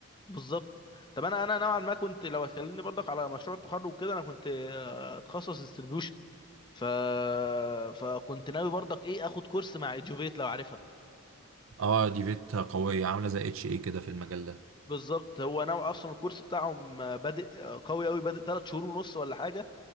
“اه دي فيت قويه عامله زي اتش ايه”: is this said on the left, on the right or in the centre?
Right